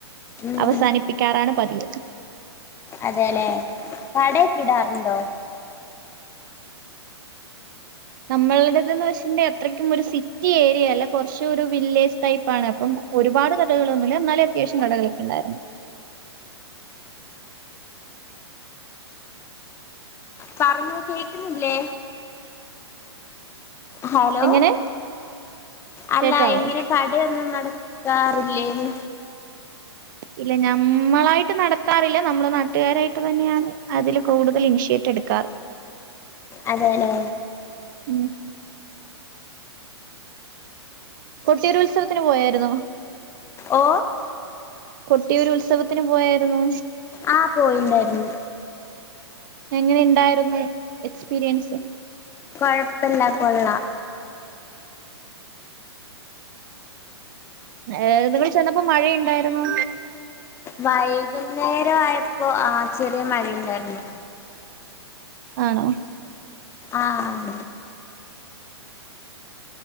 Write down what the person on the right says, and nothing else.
അവ അവസാനിപ്പിക്കാറാണ് പതിവ്
നമ്മൾടതന്ന് വെച്ചിട്ടുണ്ടെ അത്രയ്ക്കും ഒരു സിറ്റി ഏരിയ അല്ല കൊറച്ച് ഒരു വില്ലേജ് ടൈപ്പ് ആണ് അപ്പം ഒരുപാട് കടകളൊന്നുല്ല എന്നാലും അത്യാവശ്യം കടകൾ ഒകെ ഉണ്ടായിരുന്നു
എങ്ങനെ
കേക്കാവോ
ഇല്ല നഞമ്മളായിട്ട് നടത്താറില്ല നമ്മളെ നാട്ടുകാരായിട്ട് തന്നെയാണ് അതില് കൂടുതൽ ഇനിഷ്യേറ്റവ് എടുക്കാറ്
ഉം കൊട്ടിയൂരു ഉത്സവത്തിന് പോയായിരുന്നോ
കൊട്ടിയൂരു ഉത്സവത്തിന് പോയായിരുന്നു
എങ്ങനെ ഇണ്ടായിരുന്നു എക്സ്പീരിയൻസ്
ഏർ നിങ്ങെ ചെന്നപ്പോ മഴയുണ്ടായിരുന്നു
ആണോ